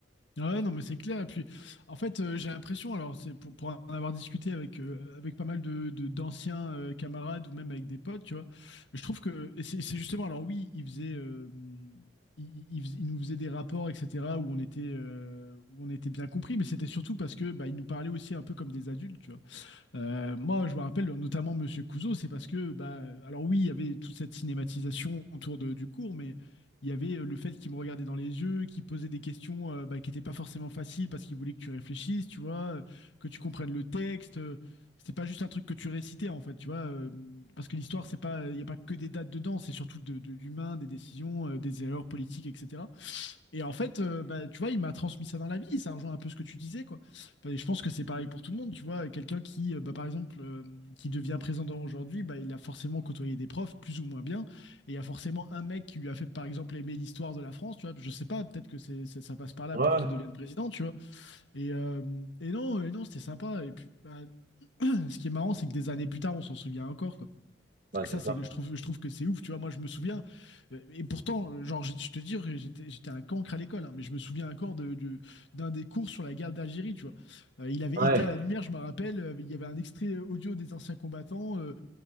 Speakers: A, on the left; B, on the right.
A: Ouais, non, mais c'est clair. Et puis, en fait, euh, j'ai l'impression, alors, c'est pour, pour en avoir discuté avec, euh, avec pas mal de, de- d'anciens euh, camarades ou même avec des potes, tu vois, je trouve que et c'est c'est justement, alors oui, ils faisaient, euh, ils, ils faisaient- ils nous faisaient des rapports, etc., où on était, euh, où on était bien compris, mais c'était surtout parce que bah, ils nous parlaient aussi un peu comme des adultes, tu vois. Euh, moi, je me rappelle notamment Monsieur Couzeau, c'est parce que, bah, alors oui, il y avait toute cette cinématisation autour de- du cours, mais il y avait euh, le fait qu'il me regardait dans les yeux, qu'il posait des questions euh, bah, qui n'étaient pas forcément faciles parce qu'il voulait que tu réfléchisses, tu vois, euh, que tu comprennes le texte. euh, C'était pas juste un truc que tu récitais en fait, tu vois, euh, parce que l'histoire, c'est pas, il n'y a pas que des dates dedans, c'est surtout de, de l'humain, des décisions, euh, des erreurs politiques, etc. Et en fait, euh, bah, tu vois, il m'a transmis ça dans la vie, et ça rejoint un peu ce que tu disais, quoi. Enfin, je pense que c'est pareil pour tout le monde, tu vois. Quelqu'un qui, euh, bah, par exemple, euh, qui devient président aujourd'hui, bah, il a forcément côtoyé des profs, plus ou moins bien. Et il y a forcément un mec qui lui a fait, par exemple, aimer l'histoire de la France, tu vois. Je sais pas, peut-être que c'est, c'est- ça passe par là
B: Ouais,
A: pour qu'il devienne président, tu vois. Et, euh, et non, et non, c'était sympa. Et puis, bah, <clears throat> ce qui est marrant, c'est que des années plus tard, on s'en souvient encore,
B: bah,
A: ça,
B: c'est ça.
A: c'est, je, trouve, je trouve que c'est ouf, tu vois. Moi, je me souviens, euh, et pourtant, genre, je, je te dis, j'étais, j'étais un cancre à l'école, hein, mais je me souviens encore de, de- d'un des cours sur la guerre d'Algérie, tu vois. Euh, il avait
B: Ouais.
A: éteint la lumière, je me rappelle, euh, il y avait un extrait audio des anciens combattants, euh,